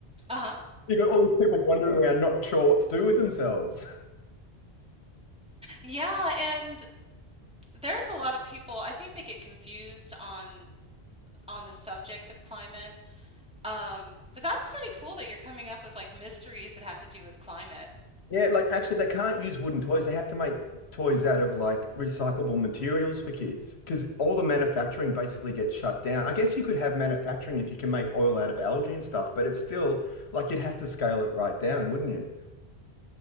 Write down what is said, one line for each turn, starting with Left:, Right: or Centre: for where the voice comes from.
Centre: Uh-huh.
Left: you got all these people wandering around, not sure what to do with themselves. <laughs>
Centre: Yeah, and there's a lot of people, I think they get confused on on the subject of climate. Um, but that's pretty cool that you're coming up with like mysteries that have to do with climate.
Left: Yeah, like actually, they can't use wooden toys. They have to make toys out of like recyclable materials for kids because all the manufacturing basically gets shut down. I guess you could have manufacturing if you can make oil out of algae and stuff, but it's still like you'd have to scale it right down, wouldn't you?